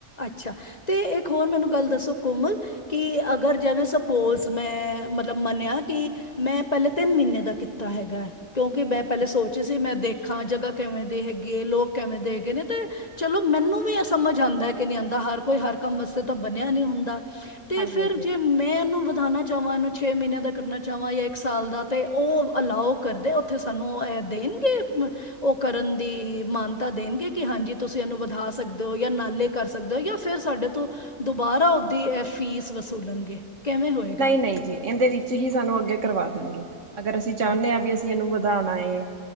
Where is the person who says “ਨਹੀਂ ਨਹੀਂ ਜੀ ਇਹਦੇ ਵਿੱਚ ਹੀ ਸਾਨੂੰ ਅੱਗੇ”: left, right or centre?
Right